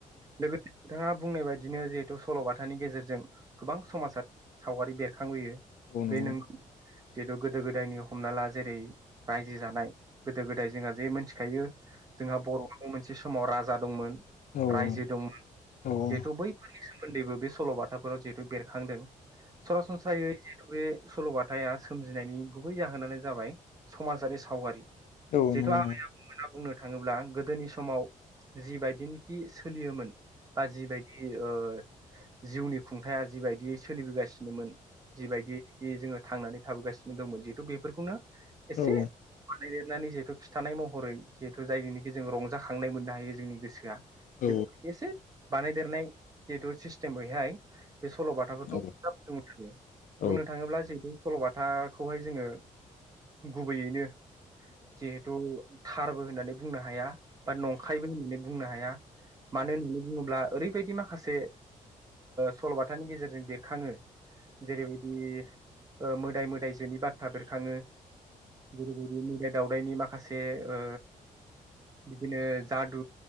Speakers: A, on the right; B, on the left.
A: लोगोत नोंहा बुंनाय बायदिनो जिहेथु सलबाथानि गेजेरजों गोबां समासात सावगारि बेर खांबोयो
B: नंगौ
A: बे नों जेथु गोदो गोदायनि हमना ला जेरै रायजो जानाय गोदो
B: औ
A: गोदाय जोंहा जे मोनस खायो जोंहा बरखौ मोन जिसमाव राज जादंमोन
B: औ नंगौ
A: रायजो दंमोन
B: नंगौ
A: जिहेथु बैफोरनि सोम फोन्दैबो बे सलबाथाफोराव जिहेतु बेरखांदों सरासनस्रायै जि बे सलबाथाआ सोमजिनायनि गुबै जाहोनानो जाबाय समाजारि सावगारि
B: औ
A: जिहेथु
B: न न
A: आबेना बुंनो थाङोब्ला गोदोनि समाव जिबायदिनोखि सोलियोमोन बा जिबायदि ओ जिउनि खुंथाया जिबायदियै सोलिबोगासिनोमोन जि बायदिनिखि जोङो थांनानै थाबोगासिनो दंमोन जिहेतु बेफोरखौनो एसे
B: औ
A: लिरनानै जिहेथु खिथानाय महरै जिहेथु जायजोंनिखि जोङो रंजाखांनाय मोननाय जोंनि गोसोआ
B: औ
A: बेफोर एसे बानायदेरनाय जिहेथु सिस्टेम बैहाय बे सलबाथाफोरखौ
B: औ
A: खोब बुंनो थाङो
B: औ नंगौ औ
A: बुंनो थाङोब्ला जिहेथु सलबाथाखौहाय जोङो गुबैयैनो जिहेथु थारबो होननानै बुंनो हाया नंखायबो होननानै बुंनो हाया मानो होननानै बुङोब्ला ओरैबायदि माखासे सलबाथानि गेजेरजों बेरखाङो जेरैबायदि ओ मोदाइ मोदाइजोनि बाथ्रा बेरखाङो जेरैबादि मोदाइ दावदाइनि माखासे ओ बि बिदिनो जादु